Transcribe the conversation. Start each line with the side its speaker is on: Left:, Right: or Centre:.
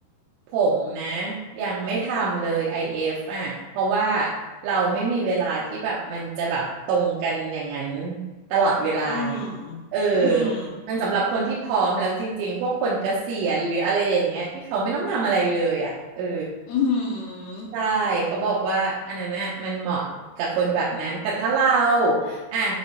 Right: ผมนะยังไม่ทำเลยไอ f อฟอ่ะเพราะว่าเราไม่มีเวลาที่แบบมันจะแบบตรงกันอย่างนั้นตลอดเวลาไง
Left: อืม
Right: เออ
Left: อืม
Right: มันสำหรับคนที่พร้อมแล้วจริงๆพวกคนเกษียณหรืออะไรอย่างเงี้ยที่เขาไม่ต้องทำอะไรเลยอ่ะเออ
Left: อืม
Right: ใช่เขาบอกว่าอันนั้นน่ะมันเหมาะกับคนแบบนั้นแต่ถ้าเราอ่ะ